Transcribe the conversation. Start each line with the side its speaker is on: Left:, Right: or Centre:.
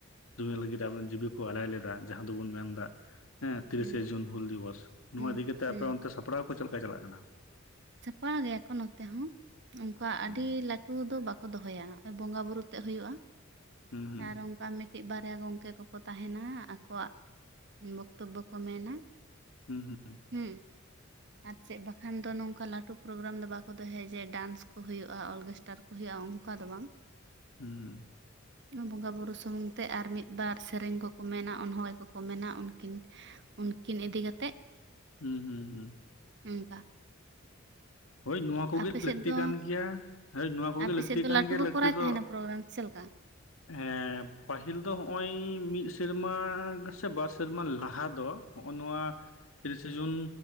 Left: ᱡᱩᱢᱤ ᱞᱟᱹᱜᱤᱫ ᱟᱵᱮᱱ ᱡᱤᱣᱤ ᱠᱚ ᱟᱞᱟᱭ ᱞᱮ ᱫᱟ ᱡᱟᱦᱟᱸ ᱫᱚᱵᱚᱱ ᱢᱮᱱ ᱫᱟ, ᱛᱤᱨᱤᱥᱮ
Right: ᱦᱩᱸ
Left: ᱡᱩᱱ ᱦᱩᱞ ᱫᱤᱵᱚᱥ, ᱱᱚᱣᱟ
Right: ᱦᱩᱸ
Left: ᱤᱫᱤ ᱠᱟᱛᱮ ᱟᱯᱮ
Right: ᱦᱩᱸ
Left: ᱚᱱᱛᱮ ᱥᱟᱯᱲᱟᱣ ᱠᱚ ᱪᱮᱫ ᱞᱮᱠᱟ ᱪᱟᱞᱟᱜ ᱠᱟᱱᱟ?
Right: ᱥᱟᱯᱲᱟᱣ ᱜᱮᱭᱟ ᱠᱚ ᱱᱚᱛᱮ ᱦᱚᱸ, ᱩᱱᱚᱱᱠᱟ
Left: ᱦᱩᱸ
Right: ᱟᱹᱰᱤ ᱞᱟᱹ ᱴᱩ ᱫᱚ ᱵᱟᱠᱚ ᱫᱚᱦᱚᱭᱟ ᱵᱚᱸᱜᱟ ᱵᱩᱨᱩ ᱛᱮᱫ ᱦᱩᱭᱩᱜᱼᱟ,
Left: ᱦᱩᱸ
Right: ᱟᱨ ᱚᱝ ᱠᱟ ᱢᱤᱫᱴᱤᱡ ᱵᱟᱨᱭᱟ ᱜᱚᱢᱠᱮ ᱠᱚᱠᱚ ᱛᱟᱦᱮᱱᱟ ᱟᱠᱚᱣᱟᱜ ᱵᱚᱠᱛᱚᱵᱵᱚ ᱠᱚ ᱢᱮᱱᱟ᱾
Left: ᱦᱩᱸ ᱦᱩ᱾
Right: ᱦᱮᱸ᱾ ᱟᱨ ᱪᱮᱫ ᱵᱟᱠᱷᱟᱱ ᱫᱚ ᱱᱚᱝᱠᱟ ᱞᱟᱹᱴᱩ ᱯᱨᱳᱜᱨᱟᱢ ᱫᱚ ᱵᱟᱠᱚ ᱫᱚᱦᱚᱭᱟ ᱡᱮ ᱰᱟᱱᱥ ᱠᱚ ᱦᱩᱭᱩᱜᱼᱟ? ᱚᱨᱜᱮᱥᱴᱟᱨ ᱠᱚ ᱦᱩᱭᱩᱜᱼᱟ, ᱚᱱᱠᱟ ᱫᱚ ᱵᱟᱝ᱾
Left: ᱦᱩᱸ᱾
Right: ᱵᱚᱸᱜᱟ ᱵᱩᱨᱩ ᱥᱩᱢᱩᱝ ᱛᱮ ᱟᱨ ᱢᱤᱫ ᱵᱟᱨ ᱥᱮᱨᱮᱧ ᱠᱚᱠᱚ ᱢᱮᱱᱟ, ᱚᱱᱚᱲᱦᱮ ᱠᱚᱠᱚ ᱢᱮᱱᱟ, ᱩᱱᱠᱤᱱ ᱩᱱᱠᱤᱱ ᱤᱫᱤ ᱠᱟᱛᱮᱫ
Left: ᱦᱩᱸ ᱦᱩᱸ ᱦᱩᱸ᱾
Right: <unintelligible>
Left: ᱦᱳᱭ, ᱱᱚᱣᱟ ᱠᱚᱜᱮ
Right: ᱟᱯᱮ ᱥᱮᱫ
Left: ᱞᱟᱹᱠᱛᱤ
Right: ᱫᱚ
Left: ᱠᱟᱱ ᱜᱮᱭᱟ᱾ ᱦᱳᱭ ᱱᱚᱣᱟ ᱠᱚᱜᱮ
Right: ᱟᱯᱮ
Left: ᱞᱟᱹᱠᱛᱤ
Right: ᱥᱮᱫ ᱫᱚ
Left: ᱠᱟᱱ
Right: ᱞᱟᱹᱴᱩ
Left: ᱜᱮᱭᱟ,
Right: ᱠᱚ
Left: ᱞᱟᱹᱠᱛᱤ
Right: ᱠᱚᱨᱟᱣ
Left: ᱫᱚ
Right: ᱛᱟᱦᱮᱱᱟ ᱯᱨᱳᱜᱨᱟᱢ ᱪᱮᱫ ᱞᱮᱠᱟ
Left: ᱦᱮᱸ ᱯᱟᱹᱦᱤᱞ ᱫᱚ ᱦᱚᱜᱼᱚᱭ ᱢᱤᱫ ᱥᱮᱨᱢᱟ ᱥᱮ ᱵᱟᱨ ᱥᱮᱨᱢᱟ ᱞᱟᱦᱟ ᱫᱚ ᱦᱚᱜᱼᱚᱭ ᱱᱚᱣᱟ ᱛᱤᱨᱤᱥᱮ ᱡᱩᱱ